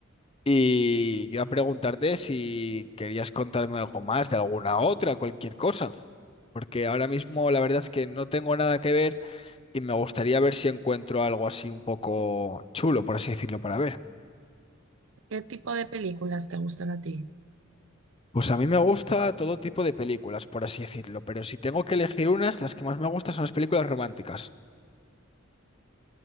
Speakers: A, on the left (about 30°); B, on the right (about 70°).
A: Y iba a preguntarte si querías contarme algo más de alguna otra, cualquier cosa, porque ahora mismo la verdad es que no tengo nada que ver y me gustaría ver si encuentro algo así un poco chulo, por así decirlo, para ver.
B: ¿Qué tipo de películas te gustan a ti?
A: Pues a mí me gusta todo tipo de películas, por así decirlo, pero si tengo que elegir unas, las que más me gustan son las películas románticas.